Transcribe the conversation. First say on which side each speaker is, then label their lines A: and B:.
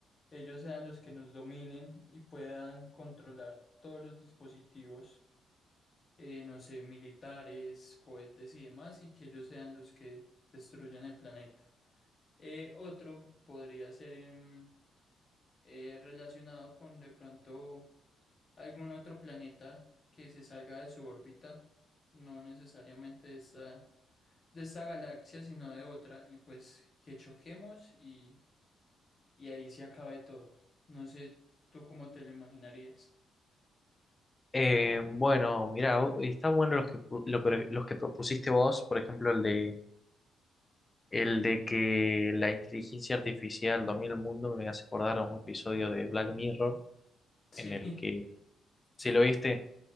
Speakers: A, on the left; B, on the left.
A: ellos sean los que nos dominen y puedan controlar todos los dispositivos, eh, no sé, militares, cohetes y demás, y que ellos sean los que destruyan el planeta. Eh, otro podría ser... em, eh, relacionado con de pronto algún otro planeta que se salga de su órbita, no necesariamente de esta, de esta galaxia, sino de otra, y pues que choquemos y, y ahí se acabe todo. No sé tú cómo te lo imaginarías.
B: Eh, bueno, mira, está bueno los que, pu- lo que- los que propusiste vos, por ejemplo, el de, el de que la inteligencia artificial domina el mundo, me hace acordar a un episodio de Black Mirror
A: Sí,
B: en el que,
A: <laughs>
B: si lo viste,